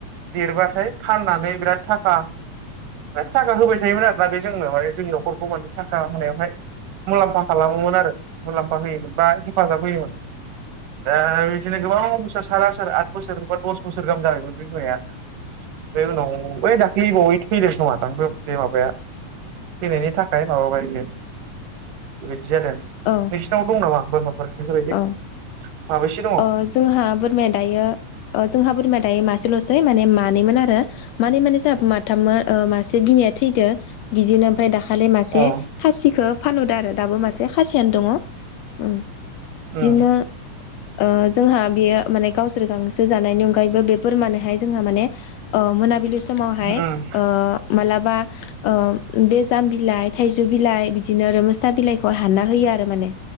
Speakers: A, on the right; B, on the left.
A: देरबाथाय फाननानै बिराद थाखा बिराद थाखा होबाय थायोमोन आरोना बे जोंनो माने जोंनि न'खरखौ माने थाखा होनायावहाय मुलामफा खालामोमोन आरो मुलाम्फा होयोमोन बा हेफाजाब होयोमोन दा बिदिनो गोबां बोसोर साथ आसार आथ बोसोरबा दस बोसोर गाहाम जाबायमोन बे बिमाया ओफ्राय उनाव बै दा ख्लैबावै थैदों खोमादां बे माबाया। थैनायनि था थाय माबाबाय बियो। <unintelligible> नोंसिनाव
B: औ
A: दं नामा बोरमाफोर बेफोरबायदि
B: औ।
A: माबैसे दङ
B: अह जोंहा बोरमाया दायो ओ जोंहा बोरमाया दायो मा सेल'सै माने मानैमोन आरो मानै माने जाहाबो मा थामो मासे बिनाया थैदो। बिदिनो ओमफाय दा खालि मासे
A: अ
B: खासिखो फानहदो आरो दाबो मासे खासियानो दङ उम। बिदिनो
A: उम
B: ओ जोंहा बेयो माने गावसोर गांसो जानायनि उनगा गायैबो बे बोरमानोहाय जोंहा माने ओ मोनाबिलि समावहाय
A: उम
B: ओ मालाब बा ओ बे जाम बिलाइ थाइजौ बिलाइ बिदिनो रोमिसटा बिलाइखौ हा हानना होयो आरो माने